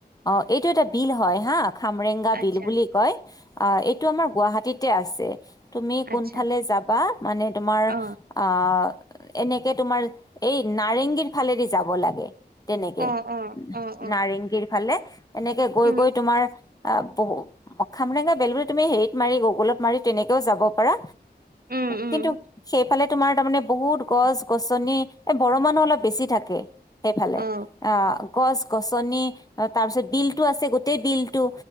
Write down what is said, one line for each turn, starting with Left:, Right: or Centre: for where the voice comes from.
Left: অ এইটো এটা বিল হয় হা খামৰেংগা
Right: আচ্ছা
Left: বিল বুলি কয় অ এইটো আমাৰ গুৱাহাটীত আছে তুমি কোনফালে
Right: আচ্ছা
Left: যাবা মানে তোমাৰ
Right: অ
Left: আহ এনেকে তোমাৰ এই নাৰেংগীৰ ফালেদি যাব লাগে তেনেকে
Right: অ অ অ অ
Left: নাৰেংগীৰ ফালে এনেকে গৈ
Right: উম
Left: গৈ তোমাৰ আহ বহু খামৰেংগা বেলুৰি তুমি হেৰিত মাৰি গুগলত মাৰি তেনেকেও যাব পাৰা
Right: উম উম
Left: কিন্তু সেইফালে তোমাৰ তাৰমানে বহুত গছ গছনি এ বৰ মানুহ অলপ বেছি থাকে হেঁ। সেইফালে
Right: অ
Left: আহ গছ গছনি তাৰপিছত বিলতটো আছে গোটেই বিলতটো